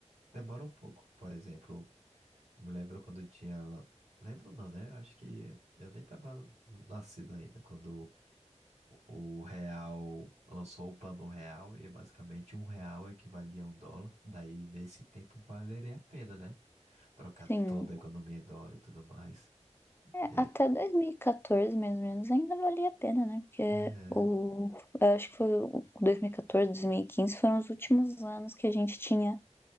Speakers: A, on the right (about 65°); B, on the left (about 20°).
A: demora um pouco. Por exemplo, me lembro quando tinha, lan- lembro não, né? Acho que eu nem tava nascido ainda quando O real lançou o plano real e basicamente um real equivalia a um dólar. Daí nesse tempo valeria a pena, né? Trocar
B: Sim,
A: toda a economia em dólar e tudo mais.
B: é,
A: E aí,
B: até 2014 mais ou menos ainda valia a pena, né? Porque
A: é,
B: o eu acho que foi o 2014, 2015 foram os últimos anos que a gente tinha